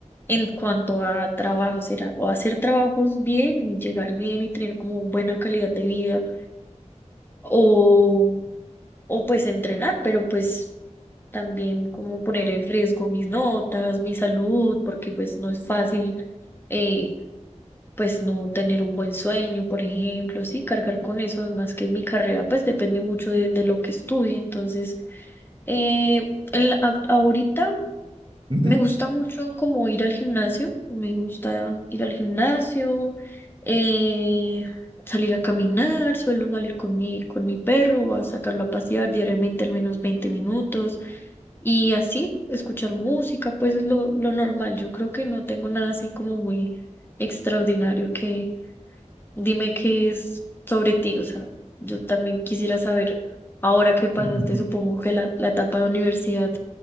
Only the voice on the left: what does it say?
en cuanto a trabajos, era o hacer trabajos bien y llegar bien y tener como buena calidad de vida, o, o pues entrenar, pero pues también como poner en riesgo mis notas, mi salud, porque pues no es fácil eh, pues no tener un buen sueño, por ejemplo, sí, cargar con eso, además que mi carrera pues depende mucho de, de lo que estudie, entonces eh, en la- a- ahorita
me gusta mucho como ir al gimnasio, me gusta ir al gimnasio, eh, salir a caminar, suelo salir con mi, con mi perro, a sacarlo a pasear diariamente al menos 20 minutos y así, escuchar música, pues es lo, lo normal. Yo creo que no tengo nada así como muy extraordinario que dime qué es sobre ti, o sea, yo también quisiera saber ahora que pasaste,
supongo
que la, la etapa de universidad.